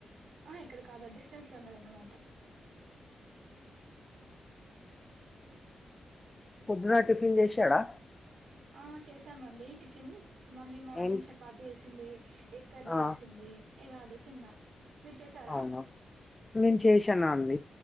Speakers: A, on the right; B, on the left.
A: ఆహా ఇక్కడ కాదు అది డిస్ స్టన్స్ లో ఉన్నది అన్నమాట.
B: పొద్దున టిఫిన్ చేశాడా.
A: ఆ చేసామండి టిఫిన్. మమ్మీ మార్నింగ్
B: ఏం
A: చపాతి చేసింది. ఎగ్ కర్రీ
B: ఆ,
A: చేసింది ఇగ అదే తిన్నా. మీరు చేసారా
B: అవునా మేం చేశి తిన్నా అండి.